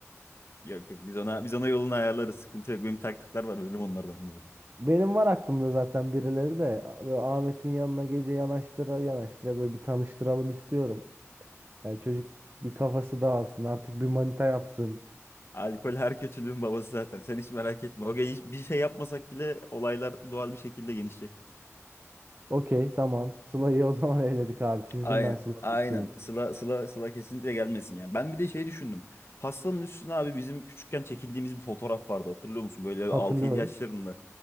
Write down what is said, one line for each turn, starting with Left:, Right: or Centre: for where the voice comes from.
Left: Yok yok biz ona biz ona yolunu ayarlarız. Sıkıntı yok. Benim taktikler var. Benim onlardan. benim onlardan.
Right: Benim var aklımda zaten birileri de böyle Ahmet'in yanına gece yanaştıra yanaştıra böyle bir tanıştıralım istiyorum. Yani çocuk bir kafası dağılsın artık bir manita yapsın.
Left: Alkol her kötülüğün babası zaten. Sen hiç merak etme. O gece bir şey yapmasak bile olaylar doğal bir şekilde genişleyecek.
Right: Okey tamam Sıla'yı o zaman <laughs> eledik abi çizdim
Left: Aynen.
Right: ben Sıla'nın
Left: Aynen.
Right: üstünü.
Left: Sıla, Sıla, Sıla kesinlikle gelmesin ya. Ben bir de şey düşündüm. Pastanın üstüne abi bizim küçükken çekildiğimiz bir fotoğraf vardı. Hatırlıyor musun? Böyle altı
Right: Hatırlıyorum.
Left: 7 yaşlarında.